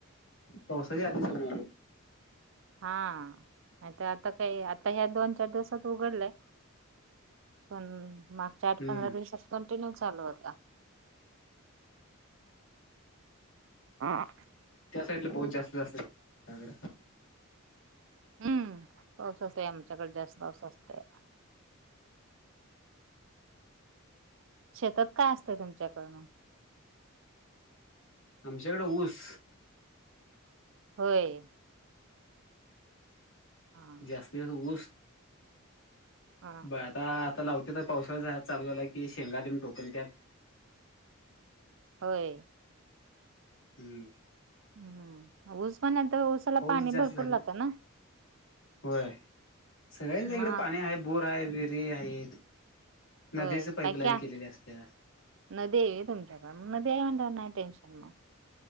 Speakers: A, on the left; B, on the right.
A: तसही आधीचल.
B: हा नाही तर आता काही आता ह्या दोन. चार दिवसात उघडलय पण मागच्या
A: हम्म
B: आठ पंधरा दिवसात. कंटिन्यू चालू होता. हा
A: त्या साईड ला बोत जास्त असत त्याडे.
B: हम्म पावसा अस आमच्याकडे जास्त पावसा असतय शेतात काय असतं तुमच्याकडून
A: आमच्याकडें ऊस
B: होय हा
A: जास्तीस ऊस
B: हा
A: ब आता आता लावते तर पावसाळ चालू झाला की शेंगाद आणि टोकण त्यात
B: होय
A: हम्म
B: हम्म ऊस म्हल्यांतर ऊसाला
A: पाऊस
B: पाणी
A: जास्त
B: भरपूर
A: झाले
B: लागतं ना
A: होय सगळ्यांच इकड
B: मग
A: पाणी आहे बोर आहे विहिरी आहेत
B: होय
A: नदीचे पाईपलाईन
B: काय क्या
A: केलेली असते
B: नदी आहे होय तुमच्याकडे नदी म्हटल्यावर काय टेन्शन